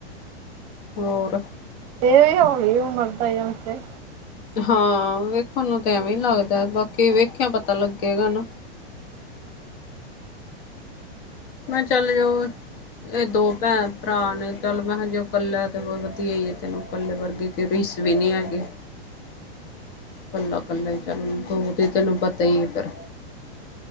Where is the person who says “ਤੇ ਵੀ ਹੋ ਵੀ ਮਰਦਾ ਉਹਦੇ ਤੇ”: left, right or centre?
Right